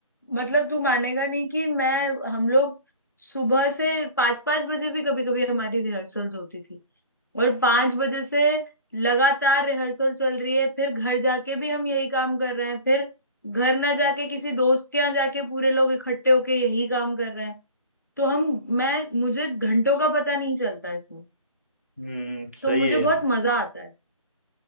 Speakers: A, on the left; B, on the right.
A: मतलब तू मानेगा नहीं कि मैं हम लोग सुबह से पाँच पाँच बजे भी कभी कभी हमारी रिहर्सल्स होती थी और पांच बजे से लगातार रिहर्सल चल रही है फिर घर जाके भी हम यही काम कर रहे हैं फिर घर ना जाके किसी दोस्त के यहाँ जाके पूरे लोग इकट्ठे होके यही काम कर रहे हैं तो हम मैं मुझे घंटों का पता नहीं चलता इसमें
B: हम्म सही
A: तो मुझे
B: है
A: बहुत
B: यार
A: मजा आता है